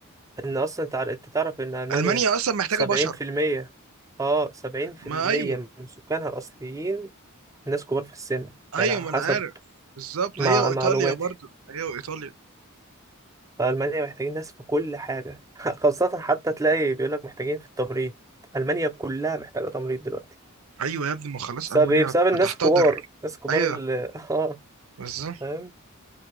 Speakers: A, on the right; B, on the right.
A: إن أصلا تع- أنت تعرف إن ألمانيا
B: المانيا اصلا محتاجه
A: سبعين
B: بشر
A: في المية أه سبعين في
B: ما
A: المية
B: ايوه
A: من سكانها الأصليين ناس كبار في السن
B: ايوه
A: يعني على
B: ما
A: حسب
B: انا عارف بالظبط
A: مع
B: هي وايطاليا
A: معلوماتي
B: برضو هي وايطاليا
A: فألمانيا محتاجين ناس في كل حاجة <laughs> خاصة حتى تلاقي بيقولك محتاجين في التمريض ألمانيا كلها محتاجة تمريض دلوقتي
B: ايوه يا ابني ما خلاص
A: بسبب
B: المانيا
A: ايه بسبب الناس
B: بتحتضر
A: الكبار الناس الكبار
B: ايوه
A: اللي <laughs> اه
B: بالظبط
A: فاهم